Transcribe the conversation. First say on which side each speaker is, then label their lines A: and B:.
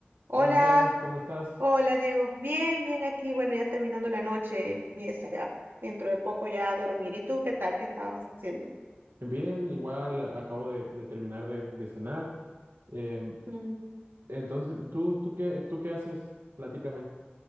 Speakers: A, on the right; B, on the right.
A: Hola,
B: Hola Andrea, ¿cómo estás?
A: hola Diego. Bien, bien aquí. Bueno, ya terminando la noche y eso ya dentro de poco ya a dormir. ¿Y tú qué tal? ¿Qué estabas haciendo?
B: Bien, igual acabo de, de terminar de, de cenar. Eh,
A: Mm,
B: entonces, ¿tú, tú qué, tú qué haces? Platícame.